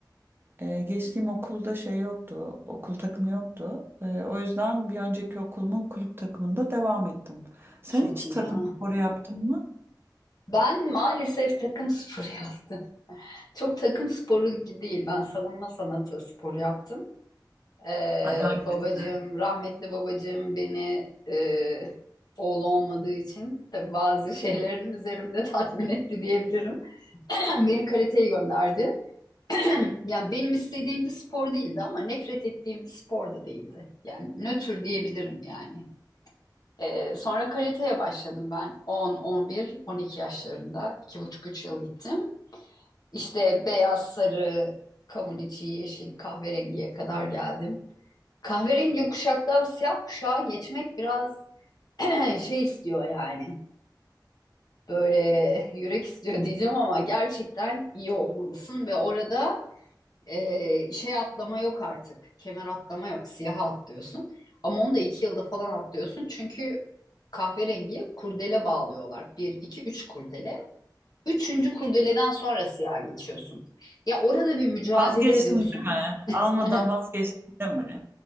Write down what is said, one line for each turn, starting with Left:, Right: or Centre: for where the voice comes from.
Right: Ee, geçtiğim okulda şey yoktu. Okul takımı yoktu. Ee, o yüzden bir önceki okulumun kulüp takımında devam ettim. Sen
Left: çok
Right: hiç
Left: iyi
Right: takım
Left: ya.
Right: sporu yaptın mı?
Left: Ben maalesef takım sporu <laughs> yaptım. Çok takım sporu değil. Ben savunma sanatı sporu yaptım. Ee,
Right: Ay hangisi?
Left: babacığım, rahmetli babacığım beni e, oğlu olmadığı için tabii bazı <laughs> şeylerin üzerimde tatmin etti diyebilirim. <clears throat> Beni karateye gönderdi. <clears throat> Yani benim istediğim bir spor değildi ama nefret ettiğim bir spor da değildi. Yani nötr diyebilirim yani. Ee, sonra karateye başladım ben 10, 11, 12 yaşlarında. iki buçuk üç yıl gittim. İşte beyaz, sarı, kavun içi, yeşil, kahverengiye kadar geldim. Kahverengi kuşaktan siyah kuşağa geçmek biraz <clears throat> şey istiyor yani. Böyle yürek istiyor diyeceğim ama gerçekten iyi olmalısın ve orada e, şey atlama yok artık. Kemer atlama yok. Siyaha atlıyorsun. Ama onu da iki yılda falan atlıyorsun. Çünkü kahverengi kurdele bağlıyorlar. Bir, iki, üç kurdele. Üçüncü kurdeleden sonra siyaha geçiyorsun. Ya orada bir mücadele
Right: Vazgeçtim
Left: ediyorsun.
Right: değil mi? Almadan
Left: <laughs>
Right: vazgeçtim değil mi?